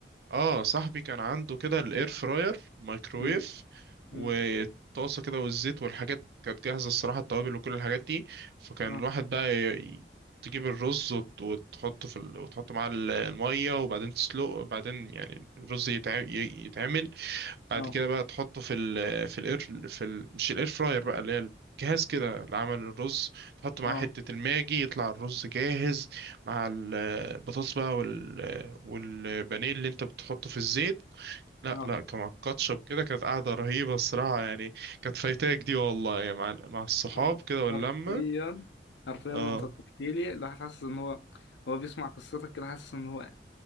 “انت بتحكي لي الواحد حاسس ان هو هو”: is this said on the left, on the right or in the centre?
Left